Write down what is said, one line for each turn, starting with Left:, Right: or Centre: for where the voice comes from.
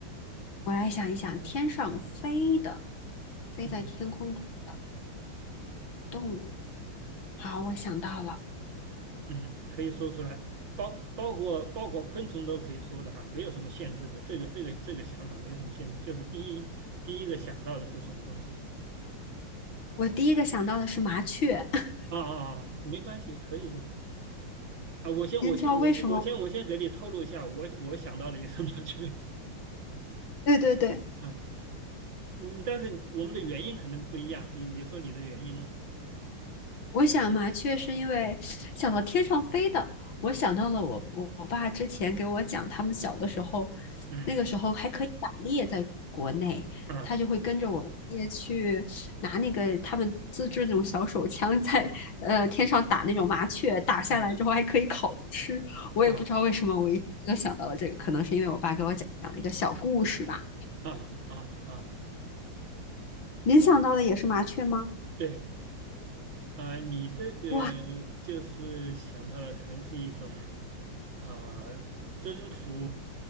Left: 我来想一想，天上飞的，飞在天空中的
Right: 嗯
Left: 动物。好，我想到了，
Right: 嗯，可以说出来，包包括包括昆虫都可以说的哈，没有什么限制的。这个这个这个想法没有什么限制，就是第一第一个想到的是什么东西
Left: 我第一个想到的是麻雀。<laughs>
Right: 啊啊啊，啊没关系，可以的。啊，我先，
Left: 您知道为什么？
Right: 我先，我先，我先，我先给你透露一下，我我想到了一个什么去，
Left: 对对对，
Right: <laughs> 啊，嗯，但是我们的原因可能不一样，你你说你的原因呢？
Left: 我想麻雀是因为想到天上飞的，我想到了我我我爸之前给我讲，他们小的时候，
Right: 嗯
Left: 那个时候还可以打猎，在国内，
Right: 啊
Left: 他就会跟着我爷爷去拿那个他们自制那种小手枪在，呃天上打那种麻雀，打下来之后还可以烤着吃。
Right: 啊
Left: 我也不知道为什么，
Right: 啊
Left: 我一下子就想到了这个，可能是因为我爸给我讲了一个小故事吧。
Right: 啊啊啊，
Left: 您想到的也是麻雀吗？
Right: 对啊，你这个
Left: 哇，
Right: 就是想到了，可能是一种啊征服